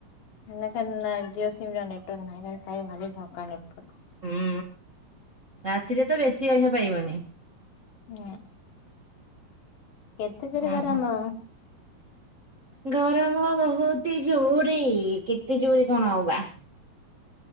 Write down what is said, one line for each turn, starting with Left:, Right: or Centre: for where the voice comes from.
Left: ନା କ ନା ଜିଓ ସିମ ର ନେଟୱାର୍କ ନାଇ ଖାଇ ଭାରି ଧକା ନେଟାର୍।
Right: ହୁଁ ରାତିରେ ତ ବେଶୀ ଅଇଷ ପାଇବନି।
Left: ହୁଁ କେତେ ଚର
Right: ଓହୋ
Left: ଗରମ?
Right: ଗରମ ବହୁତ ଜୋର କେତେ ଜୋରି କଣ ହଉ ବା।